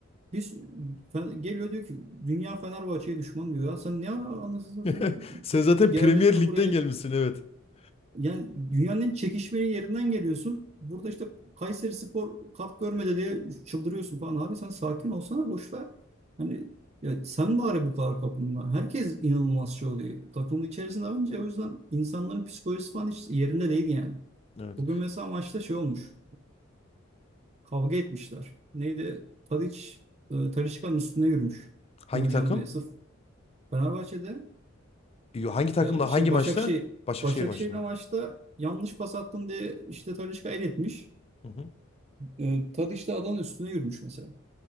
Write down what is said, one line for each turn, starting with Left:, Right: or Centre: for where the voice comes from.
Right: Biz Fe- geliyor diyor ki dünya Fenerbahçe'ye düşman diyor. Ya sen ne ara anasını
Left: <laughs>
Right: satayım
Left: Sen zaten
Right: geldin
Left: Premier
Right: de
Left: Lig'den
Right: buraya
Left: gelmişsin evet. <laughs>
Right: yani dünyanın en çekişmeli yerinden geliyorsun. Burada işte Kayseri Spor kart görmedi diye çıldırıyorsun falan. Abi sen sakin olsana boş ver. Hani ya sen bari bu kadar kapılma. Herkes inanılmaz şey oluyor. Takımın içerisinde önce o yüzden insanların psikolojisi falan hiç yerinde değil yani.
Left: Evet.
Right: Bugün mesela maçta şey olmuş. Kavga etmişler. Neydi? Tadiç, e, Talisca'nın üstüne yürümüş.
Left: Hangi
Right: Döveceğim
Left: takım?
Right: diye. Sırf Fenerbahçe'de
Left: Yo, Hangi takımla
Right: e, şey
Left: hangi maçta?
Right: Başakşehir
Left: Başakşehir
Right: Başakşehir'le
Left: maçında.
Right: maçta yanlış pas attın diye işte Talisca el etmiş.
Left: Hı hı.
Right: E, Tadiç de adamın üstüne yürümüş mesela.